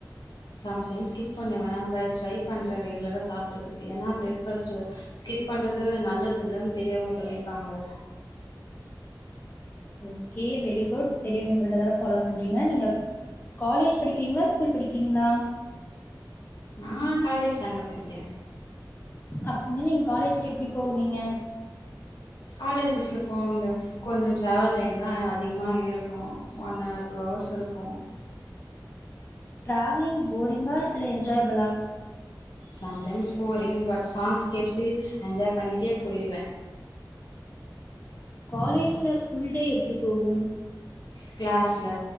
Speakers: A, on the left; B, on the left.
A: சம்டைம்ஸ் ஸ்கிப் பண்ணுவ பட் ட்ரை பண்ற ரெகுலரா சாப்புற்றதுக்கு ஏன்னா பிரேக்ஃபாஸ்ட்டு ஸ்கிப் பண்றது நல்லது இல்லன் பெரியவங்க சொல்லிருக்காங்க
B: ஓகே வெரி குட் பெரியவங்க சொல்றதெல்லா ஃபாலோ பண்றீங்க நீங்க காலேஜ் படிக்கிறீங்ளாஸ் ஸ்கூல் படிக்கிறீங்ளா
A: நா காலேஜ் தாங்க படிக்கிறே
B: அப்டின்னா நீங்க காலேஜ்க்கு எப்டி போவீங்க
A: காலேஜு பஸ்ல போவாங்க கொஞ்சோ ட்ராவல் டைம் தா அதிகமா இருக்கு ஒன் ஹார் டூ ஹவர்ஸ் இருக்கு
B: டிராவலிங் போரிங்கா இல்ல என்ஜாய்பிளா
A: சம்டைம்ஸ் போரிங் பட் சாங்ஸ் கேட்டுட்டு என்ஜாய் பண்ணிட்டே போய்டுவே
B: காலேஜ்ல ஃபுல் டே எப்டி போவு
A: கிளாஸ்ல